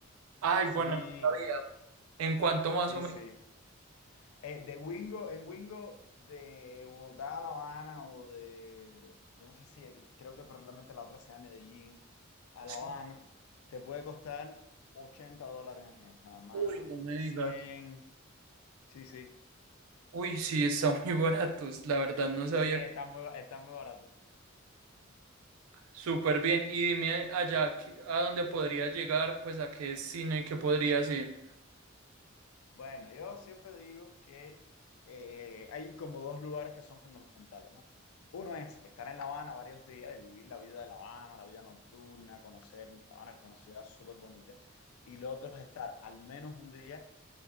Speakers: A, on the right; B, on the left.
A: Ay, bueno,
B: Sí,
A: no sabía. ¿En cuanto más
B: sí,
A: o menos?
B: sí. Eh, de Wingo, en Wingo, de Bogotá a La Habana o de, yo no sé si, creo que probablemente la otra sea Medellín, a La
A: Sí.
B: Habana, te puede costar 80 dólares, eh, nada más,
A: Uy, no me
B: cien,
A: digas.
B: Sí, sí.
A: Uy, sí, están <laughs> muy baratos. La verdad, no sabía.
B: Sí, está muy, ba- está muy barato.
A: Súper bien. Y dime allá ¿qué- a dónde podría llegar, pues a qué destino y qué podría hacer.
B: Bueno, yo siempre digo que eh, hay como dos lugares que son fundamentales, ¿no? Uno es estar en La Habana varios días y vivir la vida de La Habana, la vida nocturna, conocer La Habana, que es una ciudad súper bonita. Y lo otro es estar al menos un día